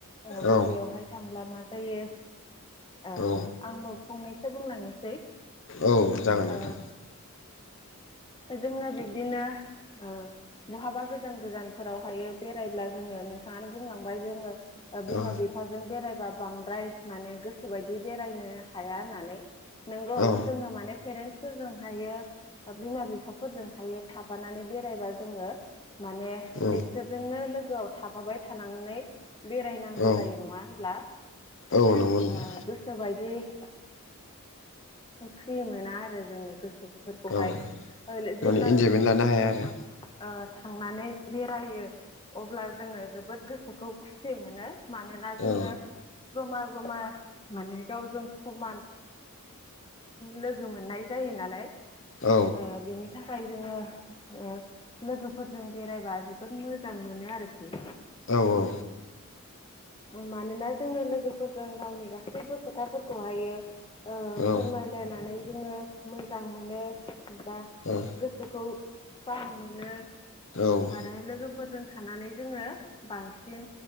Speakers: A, on the left; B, on the left.
A: ओ
B: औ
A: बबेयावहाय थां ब्ला मा जायो, ओ
B: औ
A: आंबो फंनैसो बुंलांनोसै।
B: औ जागोन आदा।
A: ओ जोङो बिब्दिनो ओ बहाबा गोजान गोजानफोरावहायो बेरायब्ला जोङो नोंथाङानो बुंलांबाय जोङो बिमा
B: औ
A: बिफाजों बेरायबा बांद्राय माने गोसोबायदि बेरायनो हाया होननानै। नोंगौ
B: औ
A: जोङो माने फेरेन्टस। फोरजों हायो बिमा-बिफाफोरजों हायो थाफानानै बेरायबा जोङो। माने
B: औ
A: बिसोरजोंनो लोगोआव थाफाबाय थानानै। बेरायनांगौ
B: औ
A: जायो नङा होनब्ला?
B: औ नंगौ नोंथां
A: ओ-ओ गोसोबायदि। ओ फ्रि मोना आरो जोङो गोसो। फोरखौहाय।
B: औ
A: ओ लो जेब्ला
B: माने इन्जयमेन्ट
A: जोङो
B: लानो
A: लोगोफोरजों।
B: हाया आरो
A: ओ थांनानै बेरायो अब्ला जोङो जोबोद गोसोखौ खुसि मोनो। मानोना जोङो
B: औ
A: जमा-जमा माने गावजों समान। लोगो मोननाय जायो नालाय
B: औ
A: ओ बेनि। थाखाय जोङो ओ लोगोफोरजों बेरायबा जोबोद मोजां मोनो आरोखि।
B: औ-औ।
A: मानोना जोङो लोगोफोरजों गावनि गासैबो खोथाफोरखौ हायो। ओ
B: औ
A: फोरमायलायनानै जोङो मोजां मोनो बा
B: औ
A: गोसोखौ। जां मोनो
B: औ औ
A: आरो लोगो। फोरजों थानानै जोङो बांसिन